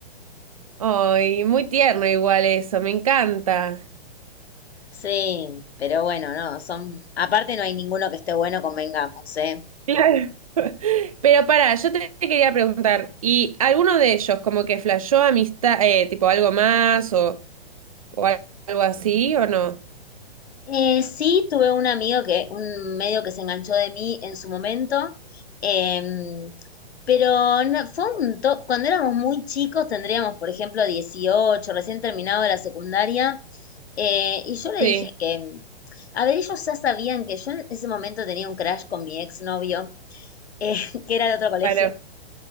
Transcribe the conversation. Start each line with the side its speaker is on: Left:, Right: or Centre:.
Right: Ay, muy tierno igual eso, me encanta.
Left: Sí, pero bueno, no, son, aparte no hay ninguno que esté bueno, convengamos, ¿eh?
Right: Claro. <laughs> Pero para, yo te te quería preguntar, ¿y alguno de ellos como que flashó amistad, eh, tipo algo más o, o al- algo así o no?
Left: Eh, sí, tuve un amigo que, un medio que se enganchó de mí en su momento, em, pero no- fue un top, cuando éramos muy chicos, tendríamos, por ejemplo, 18, recién terminado de la secundaria, eh, y yo le
Right: Sí,
Left: dije que, a ver, ellos ya sabían que yo en ese momento tenía un crash con mi exnovio, eh, <laughs> que era de otro colegio.
Right: claro.